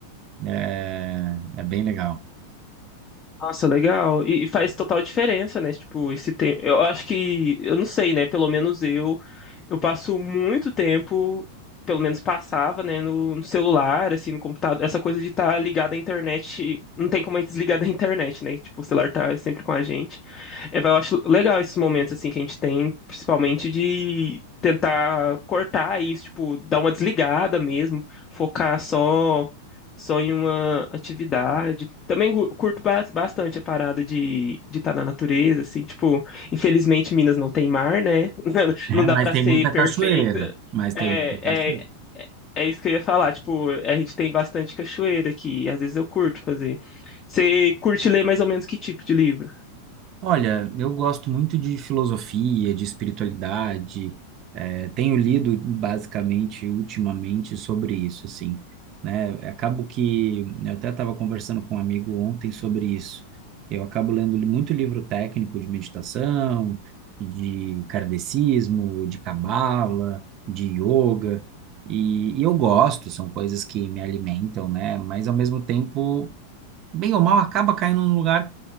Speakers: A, on the right; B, on the left.
A: é, é bem legal.
B: Nossa, legal. E, e faz total diferença, né? Tipo, esse tempo. Eu acho que, eu não sei, né? Pelo menos eu. Eu passo muito tempo, pelo menos passava, né, no, no celular, assim, no computador. Essa coisa de estar ligado à internet, não tem como a gente desligar da internet, né? Tipo, o celular tá sempre com a gente. É, vai, Eu acho legal esses momentos, assim, que a gente tem, principalmente de tentar cortar isso, tipo, dar uma desligada mesmo, focar só só em uma atividade. Também gu- curto bas- bastante a parada de de estar na natureza, assim, tipo, infelizmente Minas não tem mar, né? <laughs>
A: <laughs>
B: não dá
A: Mas
B: pra
A: tem
B: ser
A: muita
B: perfeita.
A: cachoeira, mas tem
B: É,
A: muita cachoeira.
B: é, é isso que eu ia falar. Tipo, a gente tem bastante cachoeira aqui. Às vezes eu curto fazer. Você curte ler mais ou menos que tipo de livro?
A: Olha, eu gosto muito de filosofia, de espiritualidade. eh, tenho lido basicamente ultimamente sobre isso, assim, né? Acabo que eu até estava conversando com um amigo ontem sobre isso. Eu acabo lendo li- muito livro técnico de meditação, de kardecismo, de cabala, de yoga, e, e eu gosto. São coisas que me alimentam, né? Mas ao mesmo tempo, bem ou mal, acaba caindo num lugar